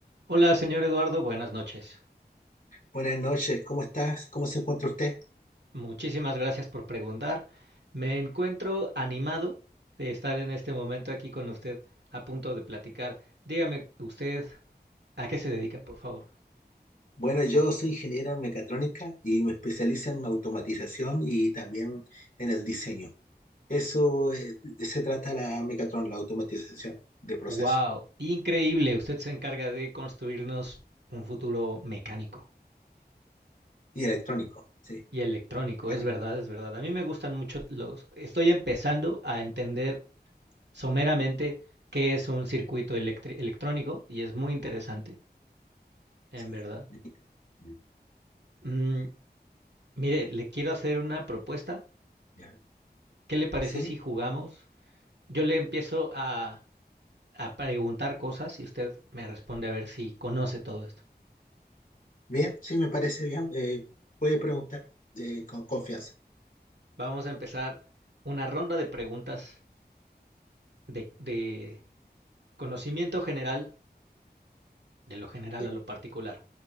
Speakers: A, on the right; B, on the left.
A: Hola, señor Eduardo, buenas noches.
B: Buenas noches, ¿cómo estás? ¿Cómo se encuentra usted?
A: Muchísimas gracias por preguntar. Me encuentro animado de estar en este momento aquí con usted a punto de platicar. Dígame usted a qué se dedica, por favor.
B: Bueno, yo soy ingeniero en mecatrónica y me especializo en automatización y también en el diseño. Eso eh, se trata la mecatrón, la automatización de procesos
A: Wow, increíble. Usted se encarga de construirnos un futuro mecánico
B: y electrónico. Sí,
A: y electrónico.
B: gané.
A: Es verdad, es verdad. A mí me gustan mucho los... Estoy empezando a entender someramente qué es un circuito electri- electrónico y es muy interesante, en
B: Sí,
A: verdad.
B: Mm,
A: Mm, Mire, le quiero hacer una propuesta.
B: ya.
A: ¿Qué le parece
B: sí.
A: si jugamos? Yo le empiezo a, a preguntar cosas y usted me responde a ver si conoce todo esto.
B: Bien, sí, me parece bien. Eh, voy a preguntar eh, con confianza.
A: Vamos a empezar una ronda de preguntas de, de conocimiento general, de lo general
B: Sí.
A: a lo particular.